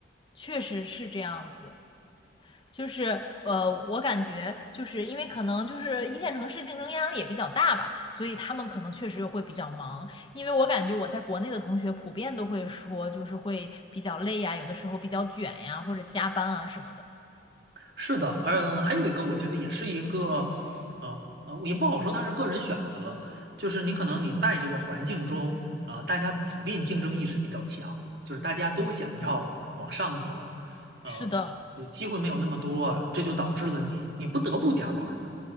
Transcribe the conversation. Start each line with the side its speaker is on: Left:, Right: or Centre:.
Left: 确实是这样子。就是呃，我感觉就是因为可能就是一线城市竞争压力也比较大吧，所以他们可能确实会比较忙。因为我感觉我在国内的同学普遍都会说，就是会比较累呀，有的时候比较卷呀，或者加班啊什么的。
Right: 是的，嗯，还有一个，我觉得也是一个，呃呃，也不好说它是个人选择，就是你可能你在这个环境中，呃，大家普遍竞争意识比较强，就是大家都想要往上走，呃，
Left: 是的，
Right: 对机会没有那么多，这就导致了你你不得不加班儿。